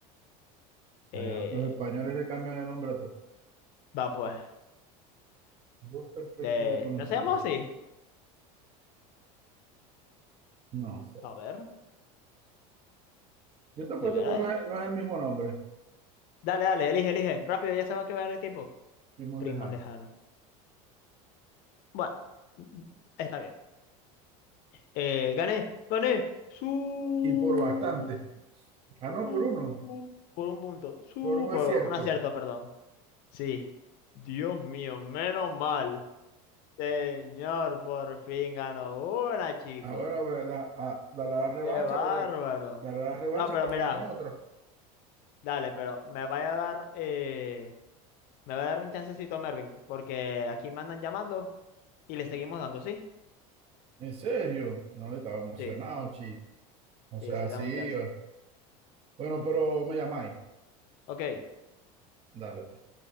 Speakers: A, on the left; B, on the right.
A: Eh,
B: Ah, Los españoles le cambian el nombre a todos.
A: Va pues.
B: Dos Perfectos
A: Le-
B: Desconocidos.
A: No seamos así.
B: No sé.
A: A ver,
B: Yo te apuesto
A: deberá
B: que no
A: esto.
B: es, no es el mismo nombre,
A: Dale, dale, elige, elige. Rápido, ya se va a quedar el tiempo.
B: mismo
A: Primos
B: lejano.
A: lejanos. Bueno, mm, está bien. Eh, gané, gané. Su.
B: Y por bastante. Ah, no,
A: su-
B: por uno.
A: Por un punto. Su.
B: por un
A: Por
B: acierto.
A: un acierto, perdón. Sí. Dios mío, menos mal. Señor, por fin ganó una, chico.
B: Ah, bueno, ve, da- a- dale la revancha
A: Qué bárbaro.
B: para que, dale la revancha
A: No, pero
B: para
A: mira.
B: que hagamos otra.
A: Dale, pero me vaya a dar. Eh... Me va a dar un chancecito, Mervin, porque aquí me andan llamando y le seguimos dando, ¿sí?
B: ¿En serio? No, yo estaba emocionado,
A: Sí,
B: chi. O
A: sí,
B: sea,
A: sí, dame
B: sí.
A: un chance.
B: va. Bueno, pero me llamáis.
A: Ok,
B: Dale, pues.